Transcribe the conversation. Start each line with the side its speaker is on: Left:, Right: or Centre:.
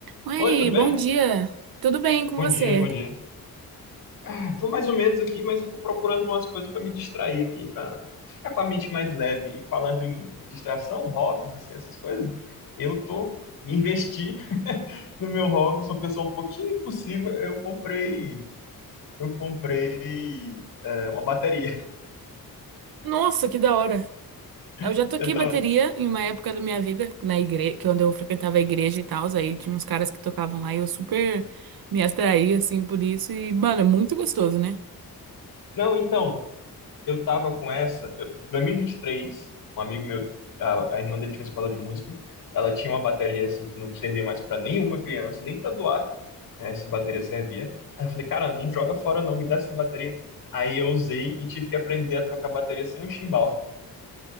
Right: Oi,
Left: Oi, tudo bem?
Right: bom dia. Tudo bem com
Left: Bom
Right: você?
Left: dia, bom dia. Ah, tô mais ou menos aqui, mas eu tô procurando umas coisas para me distrair aqui, para ficar com a mente mais leve. E falando em, em distração, hobbies, assim, essas coisas, eu tô me investi <laughs> no meu hobby, sou uma pessoa um pouquinho impossível. Eu comprei, eu comprei é, uma bateria.
Right: Nossa, que da hora. Eu
Left: <laughs>
Right: já toquei
Left: Eu tava-
Right: bateria em uma época da minha vida, na igreja, que é onde eu frequentava a igreja e tal, aí tinha uns caras que tocavam lá e eu super me atraí assim por isso e, mano, é muito gostoso, né?
Left: Não, então, eu tava com essa, eu, 2023, um amigo meu, a, a irmã dele tinha uma escola de música. Ela tinha uma bateria assim que não servia mais para nenhuma criança, nem para doar. essa bateria servia. Aí eu falei, cara, não joga fora não, me dá essa bateria. Aí eu usei e tive que aprender a tocar bateria sem o chimbal.